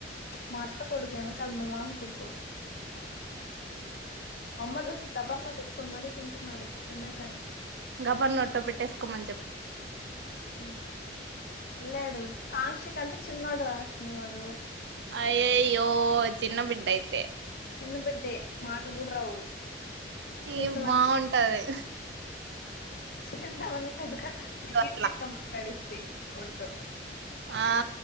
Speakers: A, on the left; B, on the right.
A: మ అత్త కొడుకు యనకల మా మామ కొడుకు అమ్మ దోస్ తబర్లో ఇప్పుడు మరీ తింటున్నాడు టొమటాని
B: గబర్ నోట్టో పెట్టేసుకోమని చెప్ప
A: చూ ఎల్లడు కాంక్ష కంటే చిన్నవాడు <inaudible>
B: ఆయయి అయ్యో చిన్న బిడ్డ అయితే
A: చిన్న బిడ్డే మాటలు కూడా రావు చేసేవ
B: ఈ బాగుంటది
A: చేసేవన్ని పెద్ద కీర్తితో
B: అట్లా
A: మాట్లాడిస్తే వాడితో
B: ఆ